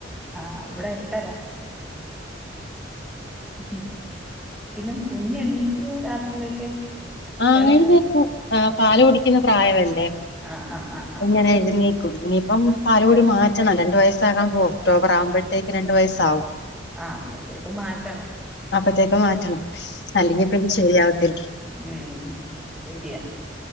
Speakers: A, in the centre; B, on the left.
A: ആഹ് ഇവിടെട്ടരാ മ്മ് പിന്നെ കുഞ്ഞെണീക്കുവോ രാത്രിയിലൊക്കെ
B: ആഹ്
A: ഇളയാള്
B: അങ്ങനെഴുന്നേക്കും ആഹ് പാല് കുടിക്കുന്ന പ്രായവല്ലേ
A: ആഹ് ആഹ് ആഹ് ആഹ്
B: ങ്ങനെഴുന്നേക്കും
A: ആഹ്
B: ഇനിയിപ്പം പാല്കുടി മാറ്റണം രണ്ടു വയസ്സാകാൻ പോ ഒക് ടോബറാവുമ്പത്തേക്ക് രണ്ട് വയസാവും
A: ആഹ് അപ്പത്തേക്ക് മാറ്റണം
B: അപ്പത്തേക്ക് മാറ്റണം അല്ലെങ്കിപിന്നെ ശരിയാവത്തില്ല
A: മ്മ് ശെരിയാ